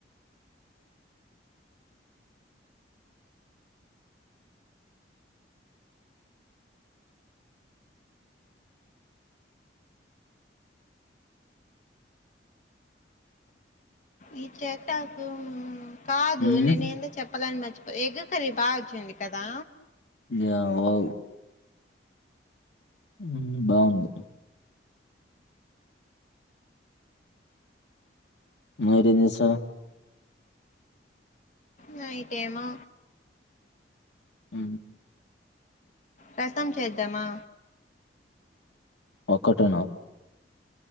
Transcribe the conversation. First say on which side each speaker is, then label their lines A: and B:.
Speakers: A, on the left; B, on the left.
A: ఈ చెత్తక కాదు
B: ఉమ్
A: నేను ఏందో చెప్పాలని మర్చిపో ఎగ సరే బాగా వచ్చింది కదా
B: యావో ఉమ్ బావుంది మరిజసా
A: నైట్ ఏమో
B: అ
A: రసం చేద్దామా
B: ఒకటను